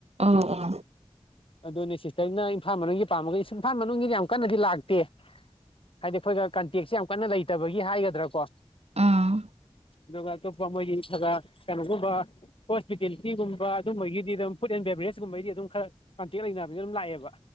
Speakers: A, on the right (about 80°); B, on the left (about 60°).
A: ꯑ ꯑ
B: ꯑꯗꯨꯅꯦ ꯁꯤꯁꯇꯔꯅ ꯏꯝꯐꯥꯜ ꯃꯅꯨꯡꯒꯤ ꯄꯥꯝꯃꯒ ꯏꯝꯐꯥꯜ ꯃꯅꯨꯡꯒꯤꯗꯤ ꯌꯥꯝ ꯀꯟꯅꯗꯤ ꯂꯥꯛꯇꯦ ꯍꯥꯏꯗꯤ ꯑꯩꯈꯣꯏꯒ ꯀꯟ ꯇꯦꯛꯁꯦ ꯌꯥꯝ ꯀꯟꯅ ꯂꯩꯇꯕꯒꯤ ꯍꯥꯏꯒꯗ꯭ꯔꯥ ꯀꯣ
A: ꯎꯝ
B: ꯑꯗꯨꯒ ꯃꯣꯏꯒꯤ ꯈꯔ ꯀꯩꯅꯣꯒꯨꯝꯕ ꯍꯣꯁꯄꯤꯇꯦꯜꯂꯤꯇꯤꯒꯨꯝꯕ ꯑꯗꯨꯝꯕꯒꯤ ꯑꯗꯨꯝ ꯐꯨꯗ ꯑꯦꯟ ꯕꯦꯕꯔꯦꯖꯀꯨꯝꯕꯗꯤ ꯑꯗꯨꯝ ꯈꯔ ꯀꯟꯇꯦꯛ ꯂꯩꯅꯕꯅꯤꯅ ꯑꯗꯨꯝ ꯂꯥꯛꯑꯦꯕ